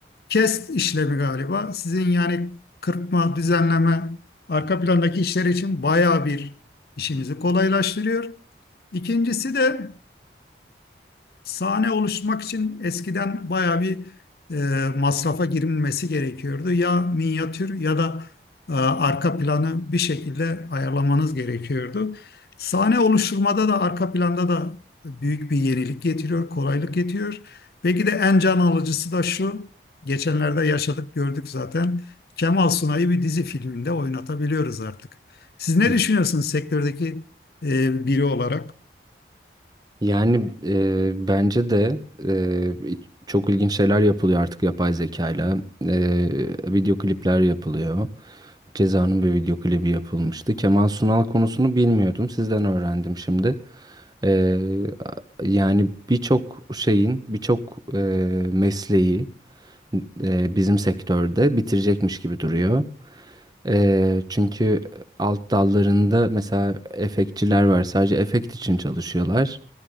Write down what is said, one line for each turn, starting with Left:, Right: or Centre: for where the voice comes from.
Left: Kes işlemi galiba. Sizin yani kırpma, düzenleme, arka plandaki işler için bayağı bir işinizi kolaylaştırıyor. İkincisi de Sahne oluşturmak için eskiden bayağı bir e, masrafa girilmesi gerekiyordu. Ya minyatür ya da e, arka planı bir şekilde ayarlamanız gerekiyordu. Sahne oluşturmada da arka planda da büyük bir yenilik getiriyor, kolaylık getiriyor. Belki de en can alıcısı da şu, geçenlerde yaşadık gördük zaten. Kemal Sunay'ı bir dizi filminde oynatabiliyoruz artık. Siz ne
Right: Hı.
Left: düşünüyorsunuz sektördeki e, biri olarak?
Right: Yani e, bence de e, çok ilginç şeyler yapılıyor artık yapay zekayla. E, video klipler yapılıyor. Ceza'nın bir video klibi yapılmıştı. Kemal Sunal konusunu bilmiyordum. Sizden öğrendim şimdi. Ee, yani birçok şeyin, birçok e, mesleği e, bizim sektörde bitirecekmiş gibi duruyor. Ee, çünkü alt dallarında mesela efektçiler var. Sadece efekt için çalışıyorlar.